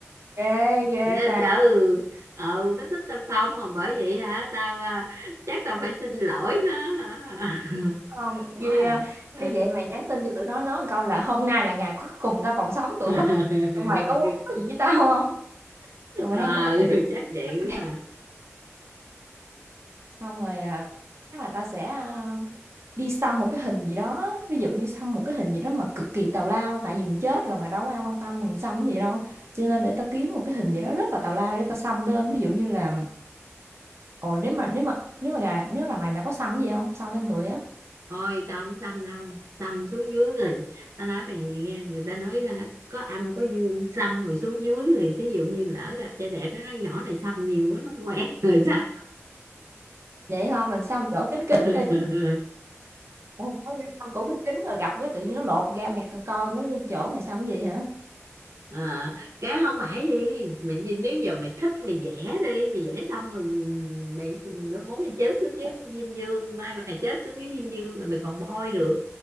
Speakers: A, on the right; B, on the right.
A: Ghê, ghê
B: Trời
A: ta.
B: trời, ừ, ờ, nó thích tao không mà bởi vậy hả tao à, chắc tao phải xin lỗi nó hả? <laughs>
A: Hông,
B: quá
A: vì, à,
B: à.
A: nếu vậy mày nhắn tin cho tụi nó nói một câu là "Hôm nay là ngày cuối cùng tao còn sống,
B: <laughs>
A: tụi bắt tụi mày có muốn nói gì với tao hông?" Tụi mày
B: Ờ,
A: hãy tao có tình với
B: chắc vậy
A: tao
B: quá
A: nè.
B: à.
A: Xong rồi, à, chắc là tao sẽ, a, đi xăm một cái hình gì đó, ví dụ như xăm một cái hình gì đó mà cực kỳ tào lao, tại vì mình chết rồi mà đâu có ai quan tâm mình xăm cái gì đâu. Cho nên để tao kiếm một cái hình gì đó rất là tào lao để tao xăm lên, ví dụ như là, ồ, nếu mà nếu mà nếu mà gà nếu là mày, mày có xăm cái gì hông? Xăm lên người
B: Ôi tao không xăm đâu Xăm xuống dưới rồi Tao nói mày nghe người ta nói hả, Có âm có dương Xăm rồi xuống dưới rồi Thí dụ như lỡ gặp trai đẹp Nó nói nhỏ này xăm nhiều quá Nó không
A: á.
B: quen rồi sao
A: Vậy thôi Mình sắm chỗ kín kín
B: <laughs>
A: đi, ủa, có nghe sắm chỗ kín kín rồi gặp cái tự nhiên nó lột ra mày c coi mấy cái chỗ mày sắm gì hả?
B: à, cái không phải gì mày đi nếu giờ mày thích mày vẽ đi mày vẽ xong rồi mày, mày muốn mày chết xuống dưới diêm dương mai mày chết xuống dưới diêm dương rồi mày còn bôi được